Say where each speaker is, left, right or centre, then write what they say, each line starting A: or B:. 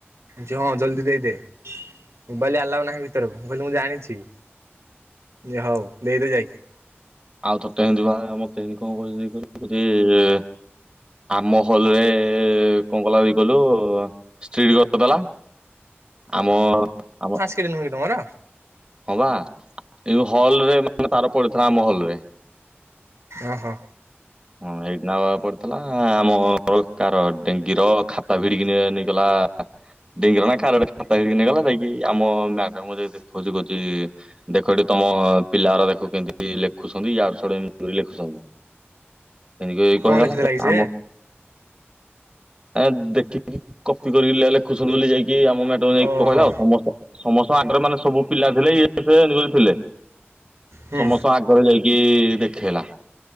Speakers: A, on the right; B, on the right.
A: ହଁ ଜଲ୍ଦି ଦେଇଦେ ମୋବାଇଲ ଆଲାଉ ନାହିଁ ଭିତରକୁ ମୁଁ କହିଲି ମୁଁ ଜାଣିଛି। ହଉ ଦେଇଦେ ଯାଇକି।
B: ଆଉ ତତେ ଏମିତି ବା ମତେ ଏମିତି କଣ କହୁଛି କହୁଛି। ଆମ ହଲ୍ ରେ କଣ କଲା ବି କହିଲୁ ସ୍ତ୍ରୀଲୋକ। ଦଲା ଆମ ଆମ।
A: ଚିହ୍ନି ନୁହଁ କି ତମର।
B: ହଁ ବା ଏବେ ହଲ୍ ରେ ମାନେ ତାର ପଡିଥିଲା ଆମ ହଲ୍ ରେ।
A: ଓ ହୋ।
B: ହଁ ଏଇଠି ନା ପଡିଥିଲା ଆମ କାର ଡେଙ୍ଗୀର ଖାତା ଭିଡିକି ନେଇଗଲା। ଡେଙ୍ଗିର ନା କାର ଖାତା ହେକି ନେଇ ଗଲା ଯାଇକି ଆମ ମ୍ୟାଡାମ କୁ ଯାଇକି କହୁଛି କହୁଛି। ଦେଖ ଏଠି ତମ ପିଲାଗୁଡା ଦେଖ କେମିତି ଲେଖୁଛନ୍ତି ୟାଡୁ ସ୍ୟାଡୁ ଏମିତି ଲେଖୁଛନ୍ତି। ଏମତି କହି
A: କଣ
B: କହିଗଲା
A: ଲେଖିଥିଲା
B: ସେଠୁ
A: କି ସେ?
B: ଆମ। ଆଁ ଦେଖିକି କପି କରିକି ଲେଖୁଛନ୍ତି ବୋଲି ଯାଇକି ଆମ ମ୍ୟାଡାମ।
A: ଓହୋ।
B: କହିଲା ଆଉ ସମସ୍ତ ସମସ୍ତଙ୍କ ଆଗରେ ମାନେ ସବୁ ପିଲା ଥିଲେ ଇଏ ସେ ଥିଲେ।
A: ହୁଁ
B: ସମସ୍ତ ଆଗରେ ଯାଇକି ଦେଖେଇଲା।